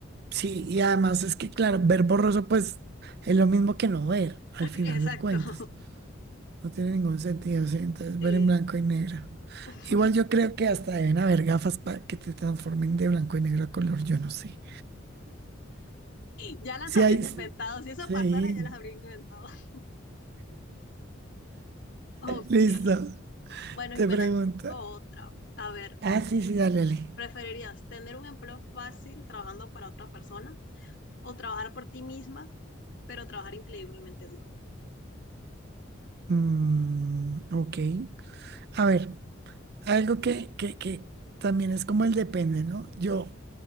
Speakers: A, on the right (about 55°); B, on the left (about 60°).
A: sí, y además es que, claro, ver borroso, pues es lo mismo que no ver, al
B: <laughs>
A: final de cuentas.
B: Exacto,
A: No tiene ningún sentido, sí. Entonces,
B: <laughs>
A: ver en blanco
B: sí.
A: y negro.
B: <laughs>
A: Igual yo creo que hasta deben haber gafas para que te transformen de blanco y negro a color, yo no sé.
B: Ya las
A: Sí,
B: habrían
A: hay.
B: inventado,
A: Sí.
B: si eso
A: sí,
B: pasara ya las habrían inventado. <laughs> Ok,
A: Listo.
B: bueno
A: Te
B: Jimena,
A: pregunto.
B: te tengo otra. A ver,
A: Ah, sí, sí, dale, dale.
B: ¿preferirías tener un empleo fácil trabajando para otra persona o trabajar por ti misma, pero trabajar increíblemente duro?
A: Mm, ok. A ver, algo que, que, que también es como el depende, ¿no? Yo